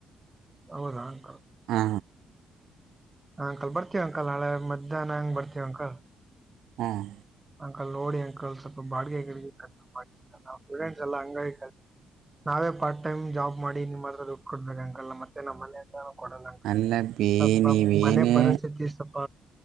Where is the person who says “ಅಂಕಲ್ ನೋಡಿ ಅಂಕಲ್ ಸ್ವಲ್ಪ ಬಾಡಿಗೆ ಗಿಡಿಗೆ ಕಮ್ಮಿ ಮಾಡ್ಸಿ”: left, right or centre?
Right